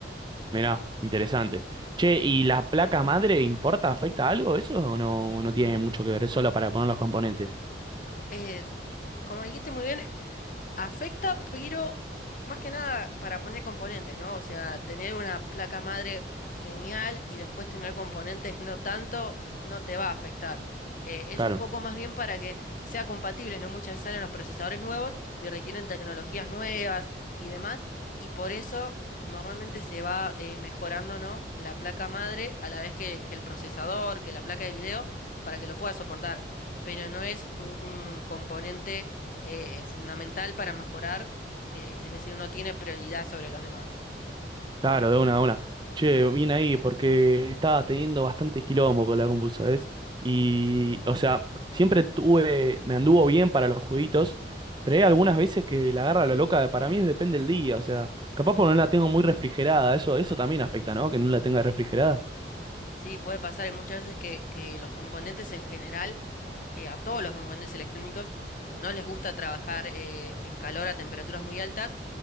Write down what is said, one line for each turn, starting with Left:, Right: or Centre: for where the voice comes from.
Right: Mirá, interesante. Che, ¿y la placa madre importa, afecta algo eso o no, no tiene mucho que ver? Es solo para poner los componentes.
Left: Eh, como dijiste muy bien, Afecta, pero más que nada para poner componentes, ¿no? O sea, tener una placa madre genial y después tener componentes no tanto, no te va a afectar. Eh,
Right: Claro.
Left: es un poco más bien para que sea compatible, ¿no? Muchas veces salen los procesadores nuevos y requieren tecnologías nuevas y demás, y por eso normalmente se va eh, mejorando, ¿no? La placa madre a la vez que, que el procesador, que la placa de video, para que lo pueda soportar, pero no es un, un componente eh, fundamental para mejorar, eh, es decir, no tiene prioridad sobre los demás.
Right: Claro, de una, de una. Che, bien ahí, porque estaba teniendo bastante quilombo con la compu, ¿sabes? Y, o sea, siempre tuve, me anduvo bien para los jueguitos, pero hay algunas veces que la agarra la loca, para mí es depende del día, o sea, capaz porque no la tengo muy refrigerada, eso, eso también afecta, ¿no? Que no la tenga refrigerada.
Left: Sí, puede pasar, y muchas veces que, que los componentes en general, eh, a todos los componentes electrónicos, no les gusta trabajar eh, en calor a temperaturas muy altas